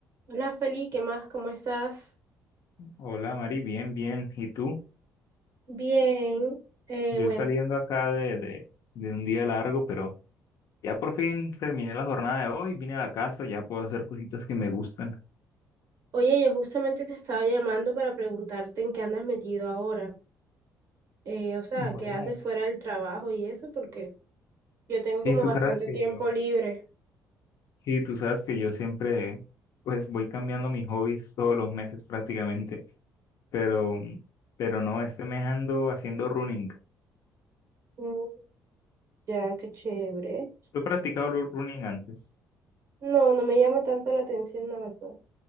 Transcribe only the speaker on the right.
Hola Feli, ¿qué más? ¿Cómo estás?
Bien. Eh,
bueno,
oye, yo justamente te estaba llamando para preguntarte en qué andas metido ahora. Eh, o sea,
¿qué haces fuera del trabajo y eso? Porque yo tengo
como
bastante
tiempo
libre.
Mm, ya, qué chévere.
No, no me llama tanto la atención, la verdad.